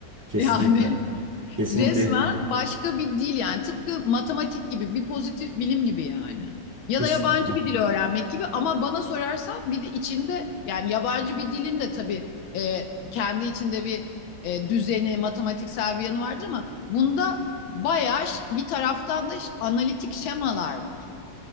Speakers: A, on the right (about 15°); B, on the left (about 75°).
A: Kesinlikle.
B: Yani <laughs>
A: Kesinlikle.
B: Resmen başka bir dil yani tıpkı matematik gibi bir pozitif bilim gibi yani. Ya
A: Kesinlikle.
B: da yabancı bir dil öğrenmek gibi ama bana sorarsan bir de içinde yani yabancı bir dilin de tabii e, kendi içinde bir e, düzeni, matematiksel bir yanı vardır ama bunda bayağı ş- bir taraftan da ş- analitik şemalar var.